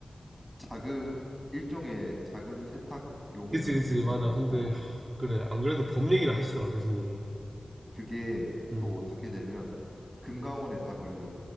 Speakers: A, in the centre; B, on the right.
A: 자금 일종의 자금 세탁용으로
B: 그치 그치
A: 될 수도
B: 맞아.
A: 있고,
B: 근데 하, 그래 안 그래도 법 얘기를
A: 어,
B: 하시더라 교수님이.
A: 그게
B: 음.
A: 또 어떻게 되면 금감원에 다 걸려.